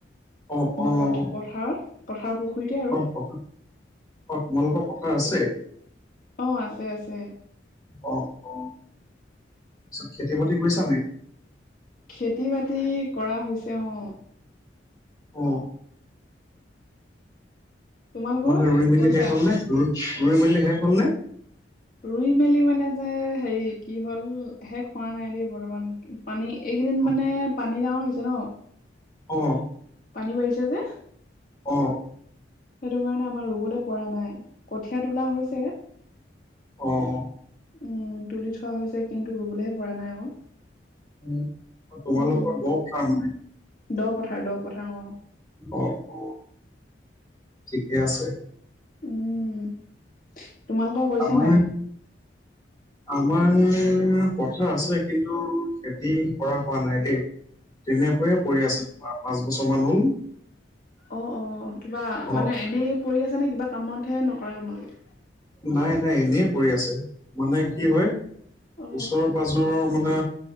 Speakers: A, on the left (about 20°); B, on the left (about 50°).
A: অ',
B: আমাৰ
A: অ',
B: প পথাৰত পথাৰৰ পুখুৰীতে। আৰু
A: অ পথাৰ অ তোমালোকৰ পথাৰ আছে?
B: অ আছে আছে।
A: অ অ তাৰপিছত খেতি বাতি কৰিছা নাই?
B: খেতি বাতি কৰা হৈছে অ
A: অঁ
B: তোমালোকৰ
A: মানে ৰুই মেলি
B: কৰিছা
A: শেষ হল নে ৰই ৰুই মেলিলি শেষ হলনে?
B: ৰুই মেলি মানে যে হেৰি কি হ'ল শেষ হোৱা নাই দেই বৰ্তমান পানী। এইকেইদিন
A: অ',
B: মানে পানী ডাঙৰ হৈছে ন।
A: উম
B: পানী বাঢ়িছে যে।
A: অ
B: সেইটো কাৰণে আমাৰ ৰুবলৈ পৰা নাই কঠীয়া তোলা হৈছে এ
A: অঁ অ
B: উম তুলি থোৱা হৈছে কিন্তু ৰৰুবলৈহে, পৰা নাই আক,
A: উম। অ', তোমালোকৰ
B: উম উম
A: দ পথাৰ মানে
B: দ পথাৰ দ পথাৰ অ
A: অ অ ঠিকে আছে।
B: উম তোমালোকৰ কৰিছা
A: আমাৰ
B: নাই,
A: আমাৰ পথাৰ আছে, কিন্তু খেতি কৰা হোৱা নাই দেই। তেনেকৈয়ে কৰি আছে তোমাৰ পাঁচ বছৰ মান হল।
B: অ অ কিবা
A: অ
B: মানে এনেই পৰি আছ নে কিবা কামতহে নকৰা তোমালোকে।,
A: নাই নাই এনেই পৰি আছে মানে কি হয়
B: অ
A: ওচৰ পাজৰৰ মানে